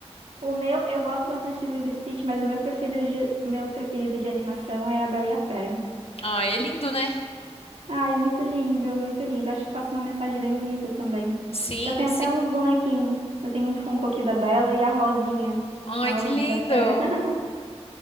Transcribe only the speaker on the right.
O meu, eu gosto bastante de Lilo e Stitch, mas o meu preferido de, meu preferido de animação é a Bela e a Fera.
Ai, é muito lindo, muito lindo. Acho que passa uma mensagem bem bonita também.
Eu tenho
até uns bonequinhos. Eu tenho um Funko aqui da Bela e a Rosinha.
A Rosinha
da Fera. <laughs>